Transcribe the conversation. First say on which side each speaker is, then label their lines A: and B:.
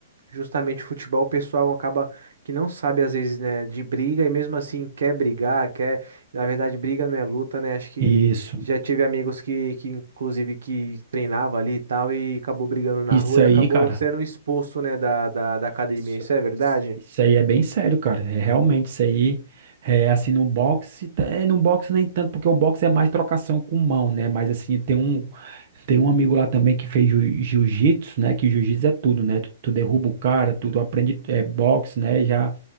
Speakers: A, on the right (about 75°); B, on the right (about 35°).
A: justamente futebol, o pessoal acaba que não sabe às vezes, né, de briga e mesmo assim quer brigar, quer, na verdade, briga não é luta, né? Acho que
B: isso,
A: já tive amigos que, que inclusive, que treinava ali e tal e acabou brigando na
B: isso
A: rua
B: aí,
A: e acabou
B: cara.
A: sendo expulso, né, da, da, da academia.
B: Isso.
A: Isso é verdade?
B: Isso aí é bem sério, cara. É, realmente, isso aí é assim no boxe, tá- é no boxe nem tanto, porque o boxe é mais trocação com mão, né? Mas assim, tem um tem um amigo lá também que fez jiu- jiu-jitsu, né? Que jiu-jitsu é tudo, né? Tu, tu derruba o cara, tu, tu aprende é, boxe, né? Já